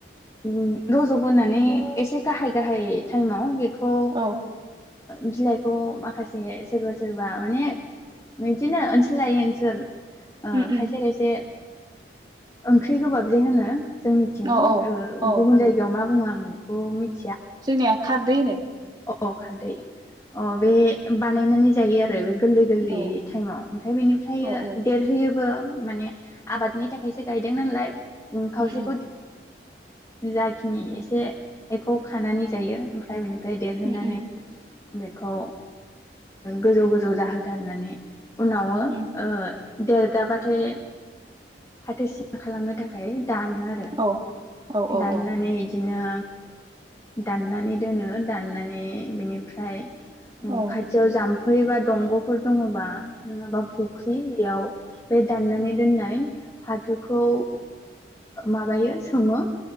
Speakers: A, on the left; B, on the right.
A: ओम रज'बोनानै एसे गाहाय गाहाय टाइमाव बेखौ
B: औ
A: बिलाइखौ माखासे सोरबा सोरबा माने बिदिनो ओनसोल लायै ओनसोल ओ
B: उम उम
A: खायसे खायसे ओंख्रि गोबाब जे होनो। जोंनिथिं
B: औ औ
A: ओ
B: औ
A: गुबुन जायगायाव मा बुङो आ आं बेखौ मिथ
B: जोंनिया खारदै होनो।
A: अ खारदै। अ बेे बाथ बानायनानै जायो आरो बे गोरलै गोरलैयै
B: औ
A: टाइमाव ओमफ्राय बेनिफ्राय
B: औ औ
A: देरहोयोबो। माने आबादनि थाखायसो गायदों नालाय ओम खावसे
B: उम उम
A: जाखिनि एसे खानानै जायो ओमफ्राय बेनि फ्राय देरहोनानै
B: उम उम
A: बेखौ गोजौ गोजौ जाहो होथारनानै उनाव ओ
B: उम
A: देरगाबाथाय फाथोसिना खालामनो थाखाय दानो आरो
B: औ औ औ
A: दाननानै
B: औ
A: बिदिनो दाननानै दोनो दाननानै बिनिफ्राय ओ
B: औ
A: खाथियाव जाम जामफै बा दंग'फोर दङबा नंङाबा फुख्रियाव बे दाननानै दोननाय फाथोखौ माबा बायो जायो सोमो